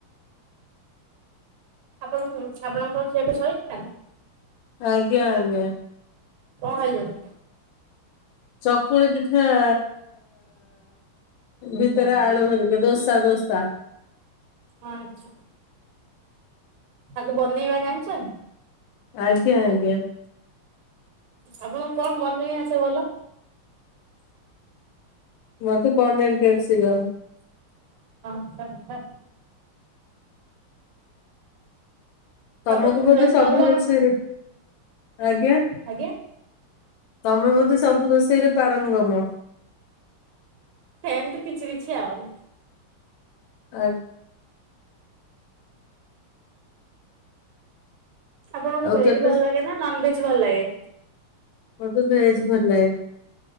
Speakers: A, on the right; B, on the left.
A: ଆପଣ ଆପଣଙ୍କ ଝିଅ ଏବେ ଶୋଇଲାଣି?
B: ଆଜ୍ଞ ଆଜ୍ଞା।
A: କଣ ଖାଇଚନ୍ତି?
B: ଚକୁଳି ପିଠାଆ ଭିତରେ ଆଳୁ ଭରିକା ଦୋସା ଦୋସା।
A: ଅ ଆଚ୍ଛା। ତାକୁ ବନେଇବା ଜାଣିଚନ୍ତି?
B: ଆଜ୍ଞା ଆଜ୍ଞା।
A: ଆପଣଙ୍କୁ କଣ ବନେଇ ଆସେ ଭଲ?
B: ମତେ ପନିର୍ କ୍ୟାପସିଗମ୍
A: ଆଛା ଆଛା। ତାପରେ
B: ତମକୁ ବୋଧେ
A: ଭେଜ
B: ସବୁ
A: ଭଲ ଲାଗେ?
B: ରୋଷେଇରେ ଆଜ୍ଞା
A: ଆଜ୍ଞା
B: ତମେ ବୋଧେ ସବୁ ରୋଷେଇରେ ପାରଙ୍ଗମ।
A: ସେମତି କିଛି କିଛି ଆଉ।
B: ଆ
A: ଆପଣଙ୍କୁ
B: ଆଉ
A: ଭେଜ୍
B: କେତେ
A: ଭଲଲାଗେ ନା ନନ୍ ଭେଜ୍ ଭଲଲାଗେ?
B: ମତେ ଭେଜ୍ ଭଲଲାଗେ।